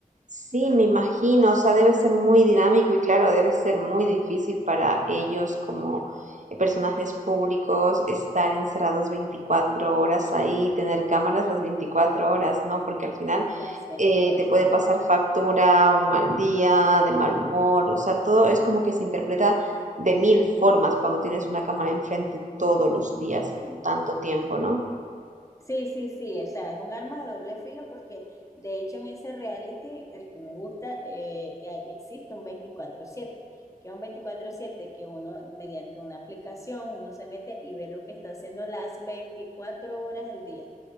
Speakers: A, on the right; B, on the left.
A: Sí, me imagino, o sea, debe ser muy dinámico y claro, debe ser muy difícil para ellos como eh, personajes públicos estar encerrados 24 horas ahí, tener cámaras las 24 horas, ¿no? Porque al final
B: Las 24
A: eh, te puede
B: horas.
A: pasar factura, un mal día, de mal humor, o sea, todo es como que se interpreta de mil formas cuando tienes una cámara enfrente todos los días
B: Muy
A: y por
B: bien.
A: tanto tiempo, ¿no?
B: Sí, sí, sí, o sea, es un arma de doble filo porque de hecho en ese reality, el que me gusta, eh, eh, existe un veinticuatro siete, que es un veinticuatro siete que uno mediante una aplicación, uno se mete y ve lo que está haciendo las 24 horas del día.